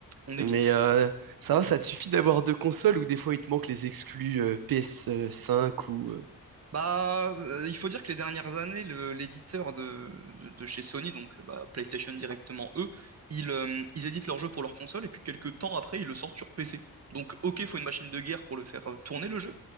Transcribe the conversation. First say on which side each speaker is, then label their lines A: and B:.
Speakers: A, on the right; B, on the right.
A: On
B: Mais
A: évite.
B: euh, ça va, ça te suffit d'avoir deux consoles ou des fois il te manque les exclus euh, PS5 ou... euh,
A: Bah, euh, il faut dire que les dernières années, le- l'éditeur de, de, de chez Sony, donc euh, bah, PlayStation directement, eux, ils, euh, ils éditent leurs jeux pour leur console et puis quelques temps après, ils le sortent sur PC. Donc, ok, faut une machine de guerre pour le faire euh, tourner le jeu,